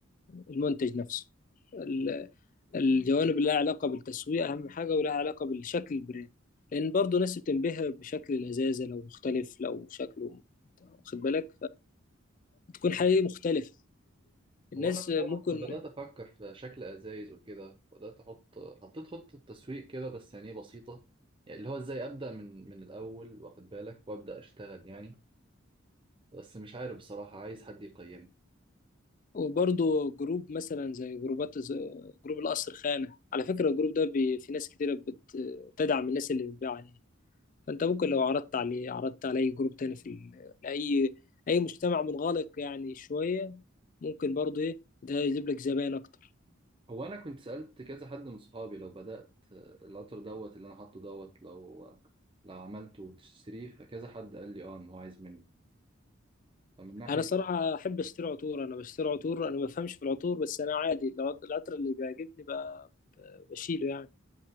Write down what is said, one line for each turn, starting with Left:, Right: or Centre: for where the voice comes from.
Left: المنتج نفسه ال- الجوانب اللي لها علاقة بالتسويق أهم حاجة ولها علاقة بالشكل البراند لأن برضه ناس بتنبهر بشكل الإزازة لو مختلف لو شكله واخد بالك فتكون حقيقي مختلفة الناس
Right: هو انا بدات
Left: ممكن
Right: بدأت افكر في شكل ازايز وكده بدات احط حطيت خطه تسويق كده بس يعني إيه بسيطه يعني اللي هو ازاي ابدا من من الاول واخد بالك وابدا اشتغل يعني بس مش عارف بصراحه عايز حد يقيمني
Left: وبرضه جروب مثلا زي جروبات زي جروب القصر خانة على فكرة الجروب ده بي... في ناس كتيرة بت... بتدعم الناس اللي بتبيع عليه فانت ممكن لو عرضت عليه عرضت على اي جروب تاني في ال- لاي اي مجتمع منغلق يعني شويه ممكن برضه ايه ده يجيب لك زباين اكتر
Right: هو انا كنت سالت كذا حد من صحابي لو بدات القطر دوت اللي انا حاطه دوت لو لو عملته وتشتريه فكذا حد قال لي اه ان هو عايز مني فمن ناحيه
Left: انا صراحه احب اشتري عطور انا بشتري عطور انا ما بفهمش في العطور بس انا عادي العط- العطر اللي بيعجبني ب- بشيله يعني